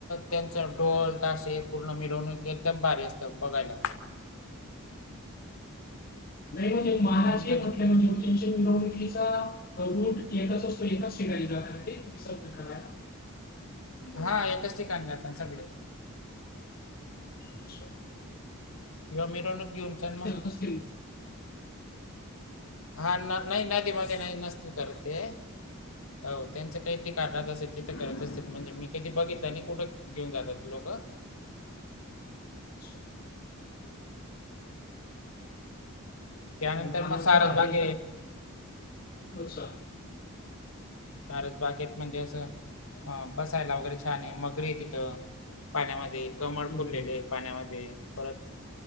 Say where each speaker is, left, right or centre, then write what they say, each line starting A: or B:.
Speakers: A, on the left; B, on the left.
A: त्यांचा ढोल ताशे. पूर्ण मिरवणूक एकदम भारी असतं बघायला.
B: नाही म्हणजे मानाचे
A: आम्ही कधी
B: म्हटले म्हणजे कुठले. मिरवणुकीचा रूट एकच असतो एकाच ठिकाणी जाता का ते विसर्जन करायला.
A: हा एकाच ठिकाणी जाता सगळे.
B: अच्छा
A: किंवा मिरवणूक घेऊन चल मग.
B: असे.
A: हा न नाही नदीमध्ये नाही नसतील करत ते. हो त्यांचं काही ते कारणात असेल तिथं करत असतील म्हणजे मी कधी बघितलं नाही कुठं. घेऊन जातात ती लोकं.
B: <inaudible>
A: त्यानंतर
B: मानाचा
A: मग सारस
B: आहे
A: बाग
B: तर उत्साह.
A: सारस बागेत म्हणजे असं अं बसायला वगैरे छान आहे मगरी आहे तिथं. पाण्यामध्ये कमळ
B: हम्म,
A: फुललेले
B: हम्म,
A: पाण्यामध्ये परत